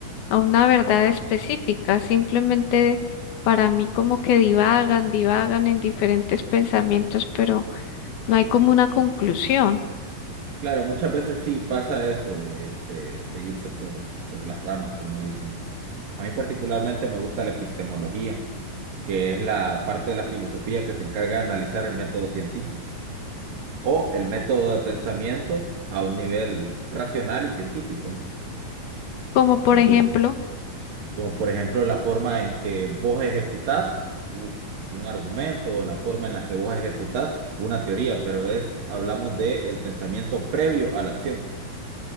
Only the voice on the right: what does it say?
Claro, muchas veces sí pasa eso de, de, de irse por, por las ramas, como dicen. A mí particularmente me gusta la epistemología que es la parte de la filosofía que se encarga de analizar el método científico o el método de pensamiento a un nivel racional y científico, ¿no?
Entonces,
como por ejemplo la forma en que vos ejecutás u- un argumento o la forma en la que vos ejecutás una teoría, pero es, hablamos de el pensamiento previo a la acción.